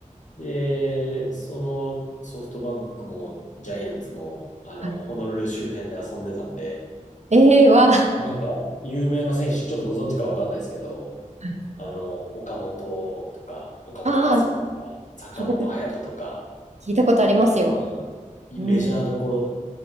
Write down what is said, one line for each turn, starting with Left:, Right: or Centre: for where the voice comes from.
Left: で、そのソフトバンクもジャイアンツも、あの、
Right: はい。
Left: ホノルル周辺で遊んでたんで、
Right: ええわあ、
Left: なんか、有名な選手、ちょっとご存知かわかんないですけど、
Right: はい
Left: あの、岡本とか、岡本和真とか、
Right: ああ、
Left: 坂本勇人とか、
Right: 聞いたこと、聞いたことありますよ。
Left: うん、いメジャーどこ
Right: うん。